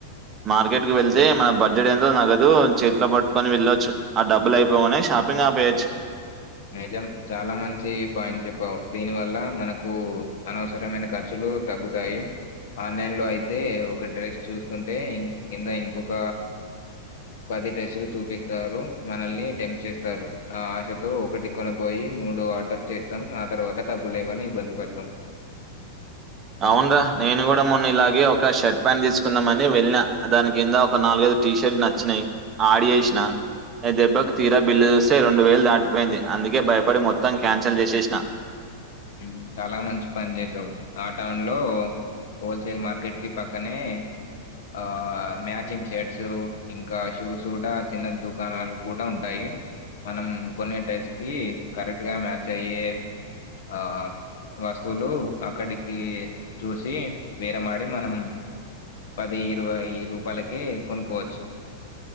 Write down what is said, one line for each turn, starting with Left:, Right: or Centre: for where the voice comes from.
Right: మార్కెట్ కి వెళ్తే మన బడ్జెట్ ఎంతో నగదు చేతిలో పట్టుకొని వెళ్ళొచ్చు ఆ డబ్బులు అయిపోగానే షాపింగ్ ఆపేయేచ్చు
Left: నిజం చాలా మంచి పాయింట్ చెప్పావు దీని వల్ల మనకు అనవసరమైన ఖర్చులు తగ్గుతాయి ఆన్లైన్ లో అయితే ఒక డ్రెస్ చూస్తుంటే కింద ఇంకొక పది డ్రెస్సులు చూపిస్తారు మనల్ని టెంప్ట్ చేస్తారు ఆ ఆశతో ఒకటి కొన బోయి మూడు ఆర్డర్ చేస్తాం ఆ తర్వాత డబ్బులు లేవని ఇబ్బంది పడతాం
Right: అవును రా నేను గూడా మొన్న ఇలాగే ఒక షర్ట్ ప్యాంట్ తీసుకుందామని వెళ్ళిన దాని కింద ఒక నాలుగైదు టీ షర్ట్ నచ్చినయి ఆడ్ జేసిన అ దెబ్బకు తీరా బిల్లు జూస్తే రెండు వేలు దాటిపోయింది అందుకే భయపడి మొత్తం క్యాన్సల్ జేసేసిన
Left: ఉమ్ చాలా మంచి పని జేసావు ఆ టౌన్ లో హోల్సేల్ మార్కెట్ కి పక్కనే ఆ మ్యాచింగ్ షర్ట్స్ ఇంకా షూస్ గూడా చిన్న దుకాణాలు కూడా ఉంటాయి మనం కొన్ని టైర్స్ కి కరెక్ట్ గా మ్యాచ్ అయ్యె ఆ వస్తువులు అక్కడికి చూసి బేరమాడి మనం పది ఇరవై రూపాయలకే కొనుక్కోవచ్చు